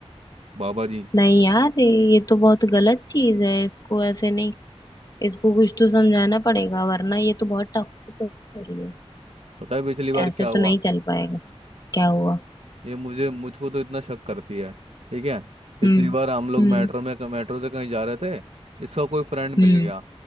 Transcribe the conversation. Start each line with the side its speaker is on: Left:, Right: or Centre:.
Right: बाबा जी
Left: नहीं यार ये तो बहुत गलत चीज है इसको ऐसे नहीं इसको कुछ तो समझाना पड़ेगा वरना ये तो बहुत टॉक्सिक हो रही है
Right: पता है पिछली बार
Left: ऐसे
Right: क्या
Left: तो
Right: हुआ
Left: नहीं चल पाएगा क्या हुआ
Right: ये मुझे मुझको तो इतना शक करती है ठीक है पिछली
Left: हम्म
Right: बार हम लोग
Left: हम्म
Right: मेट्रो में मेट्रो से कहीं जा रहे थे इसका कोई फ्रेंड मिल
Left: हम्म
Right: गया